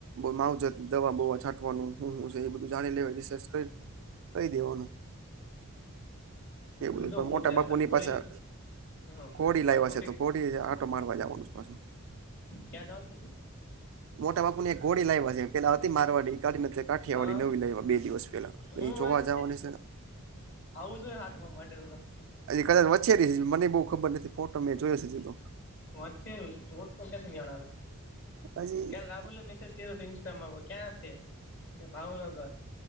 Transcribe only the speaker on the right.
એ માવજત દવા બોવા છાંટવાનુંનુ એ બધું જાણી લે રિસર્ચ કરી કહી દેવાનું એ
બ
પણ
મોટા
બાપુ ની
પાછા
ખોડી
લાવવા
છે તો મોોટી આટો મારવા જવાનું પાછું
મોટા બાપુ ની એક ગોડી લાવવા છે પેલા હતી મારવાડી કાને કાઠિયાવાડી
નવી લાવવા બે દિવસ પેલાટલે
એ જોવા
જવાની છે
કદાચ વચે ર મને બહુ ખબર નથી ફોટો મેં જોયો છે તીધ તો
હજી